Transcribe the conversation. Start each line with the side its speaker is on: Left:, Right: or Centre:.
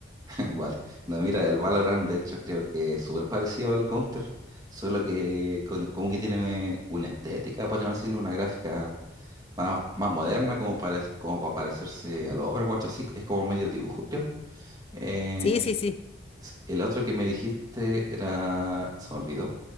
Right: Vale. No, mira, el Valorant, de hecho, creo que es súper parecido al Counter, solo que con- como que tiene una estética, podríamos decirlo, una gráfica más, más moderna, como para, como para parecerse al Overwatch, así es como medio dibujo, creo. Eh,
Left: Sí, sí, sí.
Right: Sí, El otro que me dijiste era, se me olvidó,